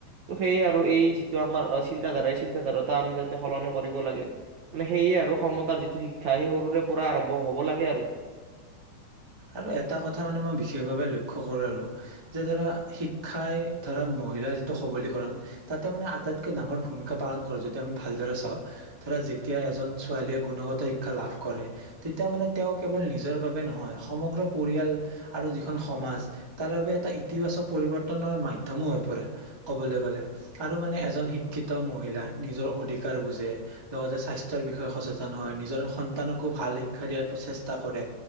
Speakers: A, on the right; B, on the right.
A: ত সেইয়ে আৰু এই যিটো আমাৰ চিন্তাধাৰা এই চিন্তাধাৰাটা আমি যাতে সলনি কৰিব লাগে। মানে সেয়ে আৰু সমতাৰ যিটো শিক্ষা সেই সৰুৰে পৰা আৰম্ভ হ'ব লাগে আৰু।
B: আৰু এটা কথা মানে মই বিশেষভাৱে লক্ষ্য কৰো আৰু, যে ধৰা, শিক্ষাই ধৰা মহিলাৰ যিটো সবলীকৰণ তাতে মানে আটাইতকৈ ডাঙৰ ভূমিকা পালন কৰে, যদি আমি ভালদৰে চাওঁ ধৰা যেতিয়া এজন ছোৱালীয়ে গুণগত শিক্ষা লাভ কৰে, তেতিয়া মানে তেওঁ কেৱল নিজৰ বাবে নহয় সমগ্ৰ পৰিয়াল আৰু যিখন সমাজ তাৰ বাবে এটা ইতিবাচক পৰিৱৰ্তনৰ মাধ্যমো হৈ পৰে, ক'বলৈ গ'লে আৰু মানে এজন শিক্ষিত মহিলাই নিজৰ অধিকাৰ বুজে লগতে স্বাস্থ্যৰ বিষয়ে সচেতন হয়, নিজৰ সন্তানকো ভাল শিক্ষা দিয়াৰ প্ৰচেষ্টা কৰে